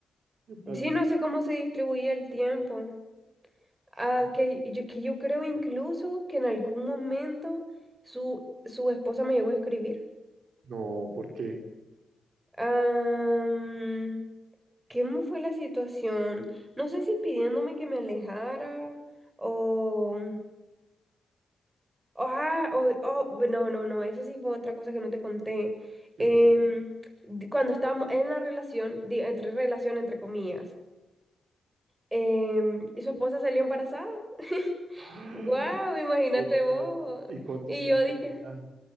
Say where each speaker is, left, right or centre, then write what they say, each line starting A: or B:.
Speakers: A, on the right (about 75°); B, on the right (about 20°).
A: ¿Qué tal?
B: sí,
A: Dice,
B: no sé cómo se distribuye el tiempo.
A: "Sí".
B: Ah, que yo, que yo creo incluso que en algún momento su, su esposa me llegó a escribir.
A: No, ¿por qué?
B: Am, ¿cómo fue la situación? No sé si pidiéndome que me alejara o... Ah, o, oh, no, no, no, eso sí fue otra cosa que no te conté.
A: ¿Qué
B: Em,
A: pasó?
B: di- cuando estábamos en la relación, di- entre relación, entre comillas, em, y su esposa salió embarazada. <laughs>
A: <gasps>
B: ¡Guau! Imagínate
A: ¿Qué
B: vos.
A: tal? ¿Y cuántos
B: Y
A: hijos
B: yo
A: tenía
B: dije,
A: ya?